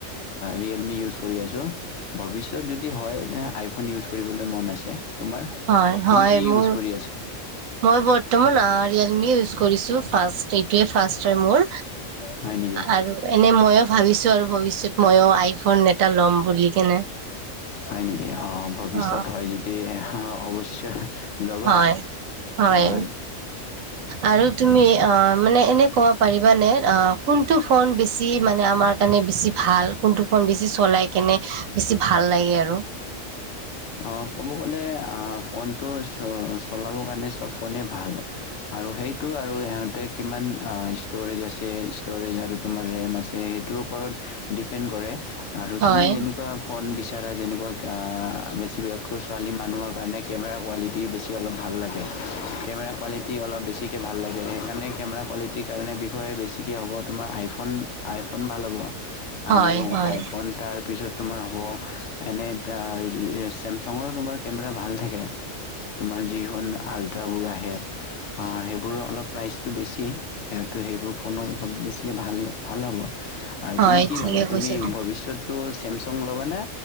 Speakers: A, on the left; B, on the right.
A: ৰিয়েলমি ইউজ কৰি আছোঁ ভৱিষ্যত পিত যদি হয় আইফোন ইউজ কৰিবলৈ মন আছে তোমাৰ
B: হয়
A: তুমি
B: হয়
A: কি
B: মোৰ
A: ইউজ কৰি আছা
B: মই বৰ্তমান ৰিয়েলমি ইউজ কৰিছো। ফাৰ্ষ্ট এইটোৱে ফাৰ্ষ্ট হয় মোৰ।
A: হয় নেকি
B: আৰু এনে মইয়ো ভাবিছো আৰু ভৱিষ্যত মইয়ো আইফোন এটা ল'ম বুলি কেনে।
A: হয় নেকি আহ ভৱিষ্যত
B: অ
A: হয় যদি অ অৱশ্যয় ল'বা।
B: হয় হয়
A: আহ
B: আৰু তুমি অ' মানে ইনে ক'ব পাৰিবানে অ' কোনটো ফোন বেছি মানে আমাৰ কাৰণে বেছি ভাল কোনটো ফোন বেছি চলাই কেনে বেছি ভাল লাগে আৰু
A: অ ক'ব গ'লে আহ ফোনটো চ চলাব কাৰণে চব ফোনে ভাল আৰু সেইটো আৰু ইহঁতে কিমান আ ষ্টৰেজ আছে ষ্টৰেজ আৰু তোমাৰ ৰেম আছে সেইটোৰ ওপৰত ডিপেণ্ড কৰে আৰু
B: হয়
A: তুমি যেনেকুৱা ফোন বিচাৰা পাৰা যেনেকুৱা গা বেছি <unintelligible> ছোৱালী মানুহৰ কাৰণে কেমেৰা কোৱালিটি বেছি অলপ ভাল লাগে, কেমেৰা কোৱালিটি অলপ বেছিকে ভাল লাগে সেইকাৰণে কেমেৰা কোৱালিটিৰ কাৰণে বিষয়ে বেছিকে হ'ব তোমাৰ আইফোন, আইফোন ভাল হ'ব। আৰু
B: হয় হয়
A: আইফোন তাৰ পিছত তোমাৰ হ'ব এনে তাৰ চেমচঙৰো তোমাৰ কেমেৰা ভাল থাকে, তোমাৰ যিখন আল্ট্ৰাবোৰ আহে সেইবোৰৰ অলপ প্ৰাইচটো বেছি, সিহঁতে সেইবোৰ ফোনো অলপ বেছিকৈ ভাল ভাল হ'ব। আৰু
B: হয়
A: তুমি কি
B: ঠিকে
A: ভাবা
B: কৈছে
A: তুমি ভৱিষ্যতটো চি ছেমছাং ল'বা নে